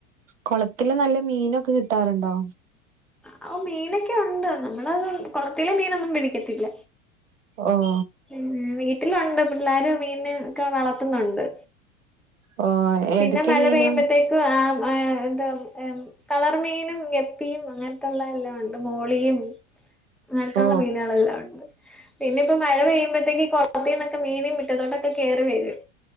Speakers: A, on the right; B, in the centre.
A: കൊളത്തില് നല്ല മീനൊക്കെ കിട്ടാറുണ്ടോ
B: ആഹ് ഓ മീനൊക്കെ ഉണ്ട് നമ്മളത് കൊളത്തിലെ മീനൊന്നും പിടിക്കത്തില്ല
A: ഓഹ്
B: ഉം വീട്ടിലുണ്ട് പിള്ളേരു മീനൊക്കെ വളർത്തുന്നുണ്ട്
A: ഓ ഏതൊക്കെ
B: പിന്നെ മഴ
A: മീനാ?
B: പെയ്യുമ്പോത്തേക്ക് ആ എന്താ ഉം കളർമീനും ഗപ്പിയും അങ്ങൻത്തുള്ള എല്ലാം ഉണ്ട് മോളിയും അങ്ങൻത്തുള്ള
A: ഓ
B: മീനുകളെല്ലാം ഉണ്ട് പിന്നെ ഇപ്പ മഴ പെയ്യുമ്പോഴത്തേക്ക് കൊള ത്തിന്നൊക്കെ മീന് മിറ്റത്തോട്ടൊക്കെ കേറി വരും